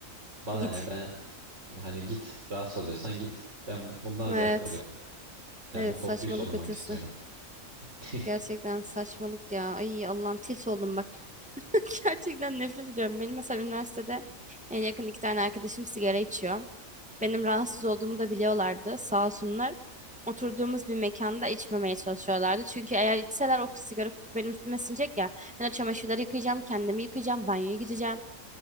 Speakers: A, on the right; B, in the centre.
A: Bana
B: Git.
A: ne ben hani git rahatsız oluyorsan git. Ben bundan
B: Evet.
A: zevk alıyorum. Ben
B: Evet
A: bu kokuyu
B: saçmalık
A: solumak
B: ötesi.
A: istiyorum. <laughs>
B: Gerçekten saçmalık ya. Ay Allah'ım tilt oldum bak. <laughs> Gerçekten nefret ediyorum. Benim mesela üniversitede en yakın iki tane arkadaşım sigara içiyor. Benim rahatsız olduğumu da biliyorlardı. Sağ olsunlar. Oturduğumuz bir mekanda içmemeye çalışıyorlardı. Çünkü eğer içseler o sigara benim üstüme sinecek ya. Ben o çamaşırları yıkayacağım, kendimi yıkayacağım, banyoya gideceğim.